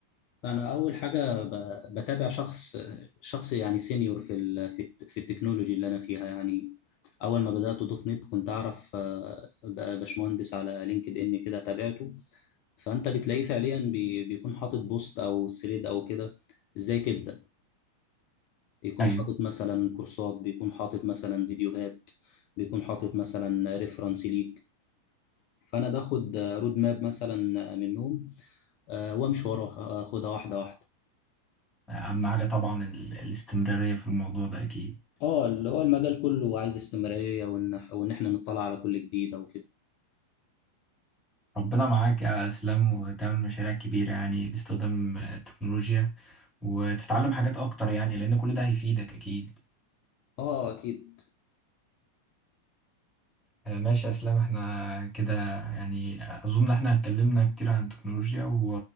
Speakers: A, on the left; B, in the centre.
A: انا اول حاجه ب- بتابع شخص شخص يعني سينيور في ال- في الت- في التكنولوجي اللي انا فيها يعني اول ما بدات دوت نت كنت اعرف آه، ب- باشمهندس على لينكد ان كده تابعته فانت بتلاقيه فعليا بي- بيكون حاطط بوست او ثريد او كده ازاي تبدا يكون
B: ايوه
A: حاطط مثلا كورسات بيكون حاطط مثلا فيديوهات بيكون حاطط مثلا ريفرنس ليك فانا باخد آه، رود ماب مثلا منهم آه، وامشي وراها آه، اخدها واحده واحده
B: اهم حاجه طبعا ال- الاستمراريه في الموضوع ده اكيد
A: اه اللي هو المجال كله عايز استمرارية وان وان احنا نطلع على كل جديد او كده
B: ربنا معاك يا اسلام وتعمل مشاريع كبيره يعني باستخدام التكنولوجيا وتتعلم حاجات اكتر يعني لان كل ده هيفيدك اكيد
A: اه اكيد
B: آه، ماشي يا اسلام احنا كده يعني اظن احنا اتكلمنا كتير عن التكنولوجيا و...